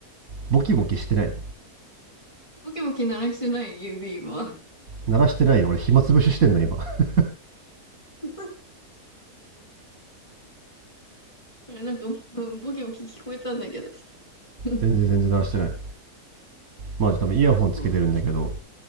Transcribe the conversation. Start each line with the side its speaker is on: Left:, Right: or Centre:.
Right: ボキボキしてない
Left: ボキボキ鳴らしてない指今。
Right: 鳴らしてないよ俺暇つぶししてんの今 <laughs>
Left: <laughs> あれ、なんか、うんボキボキ聞こえたんだけど。<laughs> うん
Right: 全然全然鳴らしてないまあ多分イヤホンつけてるんだけど
Left: 何の音だと。